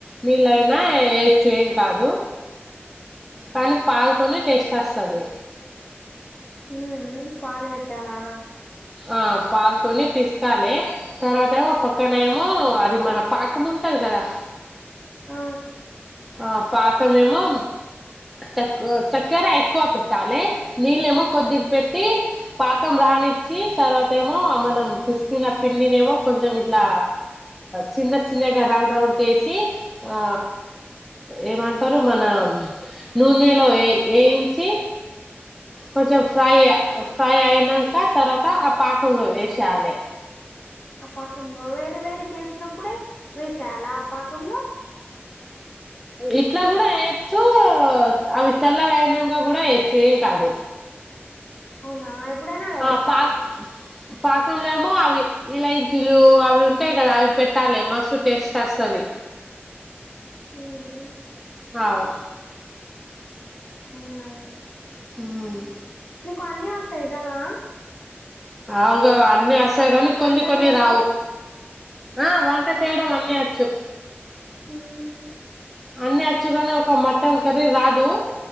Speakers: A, in the centre; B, on the left (about 35°).
A: నీళ్ళైనా వేయచ్చు ఏం కాదు కానీ పాలతోనే టేస్ట్ వస్తది
B: మ్మ్ పాలు పేట్టాలా
A: ఆ పాలుతోనే పిసకాలి తర్వాత ఏమో పక్కన ఏమో అది మన పాకం ఉంటది కదా
B: ఆ
A: ఆ పాకం ఏమో చ చక్కెర ఎక్కువ పెట్టాలి నీళ్ళేమో కొద్దిగా పెట్టి పాకం రాని చ్చి తర్వాత ఏమో మనం పిసికిన పిండిని ఏమో కొంచెం ఇట్లా చిన్న చిన్నగా రౌండ్ రౌండ్ చేసి ఆ ఏమంటారు మన నూనెలో వేయించి కొంచెం ఫ్రై ఫ్రై అయినాక తర్వాత ఆ పాకంలో వేసేయాలి
B: ఆ పాకంలో వేడి వేడి చేసినప్పుడే వేసేయాల ఆ పాకంలో
A: ఇట్లా కూడా వేయచ్చు అవి చల్లగా అయినాక కూడా వేయచ్చు ఏం కాదు
B: అవునా ఇప్పుడనా వేయచ్చా
A: ఆ పాక్ పాకంలేమో అవి ఇలాయించులు అవి ఉంటాయి కదా అవి పెట్టాలి మస్తు టేస్ట్ వస్తది
B: మ్మ్
A: అవు
B: అవునా
A: మ్మ్
B: మీకు అన్ని వస్తాయి కదా
A: అగా అన్ని వ స్తాయి కాని
B: వంట
A: కొన్ని కొన్ని
B: చేయడం
A: రావు ఆ వంట చేయడం అన్ని వచ్చు
B: మ్మ్
A: అన్ని వచ్చుగానే ఒక మట్టన్ కర్రీ రాదు